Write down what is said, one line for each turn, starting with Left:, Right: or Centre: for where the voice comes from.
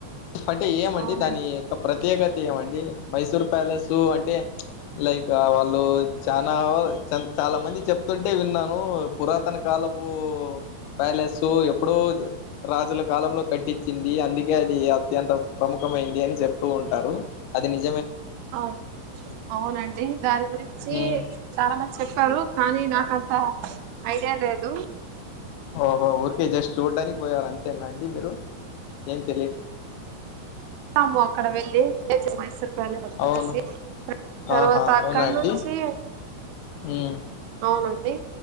Left: అంటే ఏమండి
Right: అవునండి
Left: దాని యొక్క ప్రత్యేకత, ఏమండి మైసూర్ ప్యాలెస్ అంటే ప్చ్ లైక్ వాళ్ళు చానా చాలా మంది చెప్తుంటే విన్నాన్, లో పురాతన కాలపు పు ప్యాలస్ ఎప్పుడు రాజుల కాలంలో కట్టించింది, అందుకే అది అత్యంత ప్రముఖమైంది అని చెప్తూ ఉంటారు, అది నిజ్
Right: అ అవునండి దారి గురి చ్చి
Left: ఉమ్,
Right: చాలా మంది చెప్పారు, కానీ నాకంత ఐడియా లేదు
Left: ఓహో ఊరికే జస్ట్ చూడ్డానికి పోయారు, అం తేనా అండి మీరు ఎం తెలి
Right: ఆము అక్కడ వెళ్ళి ఎచె మైసూర్, ప్యాలెస్ అంతా
Left: అవును
Right: చూసి తర్వాత
Left: ఆహా
Right: అక్కడ
Left: అవునా అండి
Right: నుంచి
Left: ఊమ్
Right: అవునండి